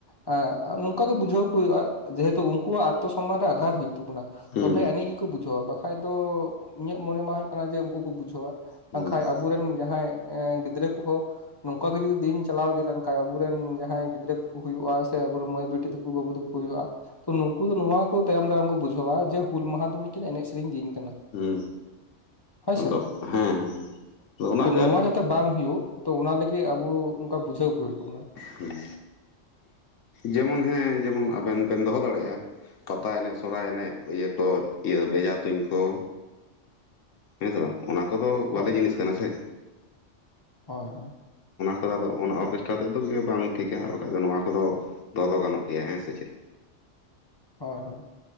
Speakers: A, on the left (about 30°); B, on the left (about 80°).
A: ᱮᱸ ᱱᱚᱝᱠᱟᱱᱟᱜ ᱜᱮ ᱵᱩᱡᱷᱟᱹᱣ ᱠᱚ ᱦᱩᱭᱩᱜᱼᱟ ᱡᱮᱦᱮᱛᱩ ᱩᱱᱠᱩᱣᱟᱜ ᱟᱛᱚ ᱥᱚᱢᱢᱟᱱ ᱨᱮ ᱟᱜᱷᱟᱛ ᱦᱩᱭᱩᱜ ᱛᱟᱵᱚᱱᱟ
B: ᱦᱩᱸ
A: ᱛᱚᱵᱮ ᱮᱱᱮᱡ ᱜᱮᱠᱚ ᱵᱩᱡᱷᱟᱹᱣᱟ ᱵᱟᱠᱷᱟᱡ ᱫᱚ ᱤᱧᱟᱹᱜ ᱢᱚᱱᱮ ᱢᱟ ᱦᱳᱭᱳᱜ ᱠᱟᱱᱟ ᱡᱮ ᱩᱱᱠᱩ ᱠᱚ ᱵᱩᱡᱷᱟᱹᱣᱟ
B: ᱦᱩᱸ
A: ᱵᱟᱝᱠᱷᱟᱡ ᱟᱵᱚᱨᱮᱱ ᱟ ᱡᱟᱦᱟᱸᱭ ᱜᱤᱫᱽᱨᱟᱹ ᱠᱚᱦᱚᱸ ᱱᱚᱝᱠᱟ ᱜᱮ ᱡᱩᱫᱤ ᱫᱤᱱ ᱪᱟᱞᱟᱣ ᱤᱫᱤ ᱞᱮᱱᱠᱷᱟᱱ ᱟᱵᱚᱨᱮᱱ ᱡᱟᱦᱟᱸᱭ ᱜᱤᱫᱽᱨᱟᱹ ᱦᱩᱭᱩᱜᱼᱟ ᱥᱮ ᱟᱵᱚᱨᱮᱱ ᱢᱟᱹᱭ ᱵᱤᱴᱤ ᱵᱟᱹᱵᱩ ᱛᱟᱠᱚ ᱦᱩᱭᱩᱜᱼᱟ ᱛᱚ ᱱᱩᱠᱩ ᱫᱚ ᱱᱚᱶᱟ ᱛᱟᱭᱚᱢ ᱫᱟᱨᱟᱢ ᱠᱚ ᱵᱩᱡᱷᱟᱹᱣᱟ ᱡᱮ ᱦᱩᱞ ᱢᱟᱦᱟ ᱫᱚ ᱢᱤᱫ ᱴᱟᱝ ᱮᱱᱮᱡ ᱥᱮᱨᱮᱧ ᱫᱤᱱ ᱠᱟᱱᱟ
B: ᱦᱩᱸ ᱦᱩᱸ
A: ᱦᱳᱭᱥᱮ
B: ᱟᱫᱚ ᱦᱮᱸ ᱦᱮᱸ ᱦᱮᱸ ᱟᱫᱚ ᱚᱱᱟᱜᱮ
A: ᱛᱚ ᱱᱚᱣᱟ
B: ᱟᱨ
A: ᱡᱟᱛᱮ ᱵᱟᱝ ᱦᱩᱭᱩᱜ ᱛᱚ ᱚᱱᱟ ᱞᱟᱹᱜᱤᱫ ᱟᱵᱚ ᱚᱱᱠᱟ ᱵᱩᱡᱷᱟᱹᱣ ᱠᱚ ᱦᱩᱭᱩᱜ ᱛᱟᱵᱚᱱᱟ
B: ᱦᱩᱸ ᱡᱮᱢᱚᱱ <unintelligible> ᱦᱮᱸ ᱡᱮᱢᱚᱱ ᱟᱵᱮᱱ ᱵᱮᱱ ᱫᱚᱦᱚ ᱫᱟᱲᱮᱭᱟᱜᱼᱟ ᱯᱟᱛᱟ ᱮᱱᱮᱡ ᱥᱚᱨᱦᱟᱭ ᱮᱱᱮᱡ ᱤᱭᱟᱹ ᱠᱚ ᱵᱷᱮᱡᱟ ᱛᱩᱧ ᱠᱚ ᱦᱮᱸ ᱥᱮ ᱵᱟᱝ ᱚᱱᱟ ᱠᱚᱫᱚ ᱵᱷᱟᱞᱮ
A: ᱦᱳᱭ
B: ᱡᱤᱱᱤᱥ ᱠᱟᱱᱟ ᱥᱮ
A: ᱦᱳᱭ ᱦᱳᱭ
B: ᱚᱱᱟ <unintelligible> ᱴᱟ ᱛᱮᱫᱚ ᱵᱟᱝ ᱴᱷᱤᱠᱟ ᱟᱨ ᱵᱟᱠᱷᱟᱱ ᱫᱚ ᱱᱚᱣᱟ ᱠᱚᱫᱚ ᱛᱚ ᱫᱚ ᱜᱟᱱᱚᱜ ᱜᱮᱭᱟ ᱦᱮᱸ ᱥᱮ ᱪᱮᱫ
A: ᱦᱳᱭ ᱦᱳᱭ